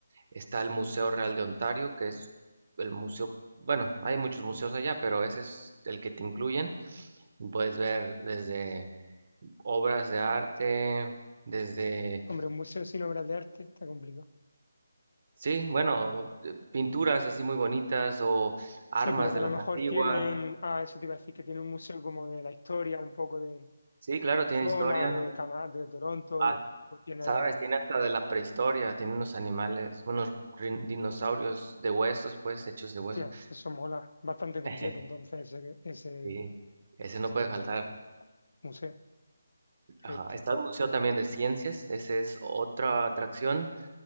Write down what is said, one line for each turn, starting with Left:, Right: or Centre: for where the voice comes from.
Right: Está el Museo Real de Ontario, que es el museo, bueno, hay muchos museos allá, pero ese es el que te incluyen. Puedes ver desde obras de arte, desde,
Left: Hombre, un museo sin obras de arte está complicado.
Right: sí, bueno, eh, pinturas así muy bonitas o armas
Left: Sí, pero que
Right: de
Left: a lo
Right: las
Left: mejor
Right: antiguas.
Left: tienen, ah, eso te iba a decir, que tiene un museo como de la historia, un poco de,
Right: Sí, claro,
Left: de la
Right: tiene
Left: zona,
Right: historia.
Left: de Canadá, de Toronto,
Right: Ah,
Left: y a lo mejor tienen,
Right: sabes, tiene hasta de la prehistoria, tiene unos animales, unos rin- dinosaurios de huesos, pues, hechos de
Left: hostia,
Right: huesos.
Left: eso mola, bastante completo
Right: <laughs>
Left: entonces ese, ese,
Right: Sí, ese no
Left: ese
Right: puede faltar.
Left: museo. Perfecto.
Right: Ajá, Está el Museo también de Ciencias, esa es otra atracción,